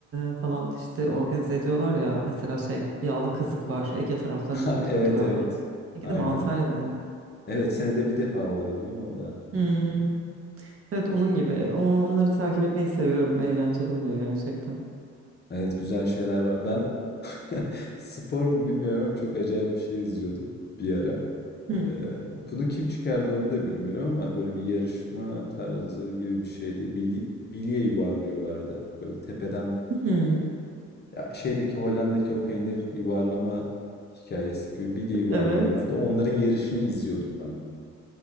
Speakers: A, on the right; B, on the left.
A: e, falan işte organize ediyorlar ya. Mesela şey yağlı kazık var. Ege taraflarında
B: <laughs>
A: yapılıyordu
B: Evet
A: galiba.
B: evet
A: Ege
B: aynen.
A: de mi Antalya'da mı?
B: Evet senede bir defa oluyor değil mi o da?
A: Hmm. Evet onun gibi. Onları takip etmeyi seviyorum. Eğlenceli oluyor gerçekten.
B: Evet, güzel şeyler var. Ben <laughs> spor mu bilmiyorum ama çok acayip bir şey izliyordum bir ara.
A: Hmm.
B: Ee, bunu kim çıkardı onu da bilmiyorum ama böyle bir yarışma tarzı gibi bir şeydi. Bil- bilye yuvarlıyorlardı. Böyle tepeden
A: Hmm.
B: ya şeydeki Hollanda'daki o peynir yuvarlama hikayesi gibi bilye yuvarlıyorlardı.
A: Evet.
B: Onların yarışını izliyordum ben.